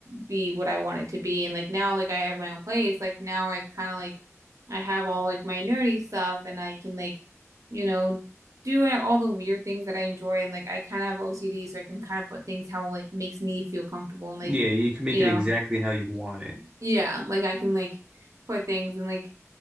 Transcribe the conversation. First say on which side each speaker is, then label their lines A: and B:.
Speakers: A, on the right (about 75°); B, on the right (about 15°).
A: be what I wanted to be. And like now like I have my own place. Like now I kind of like I have all like my nerdy stuff and I can like, you know, do all the weird things that I enjoy and like I kind of have OCD so I can kind of put things how like makes me feel comfortable and like,
B: Yeah, you can make
A: you
B: it
A: know,
B: exactly how you want it.
A: yeah, like I can like put things and like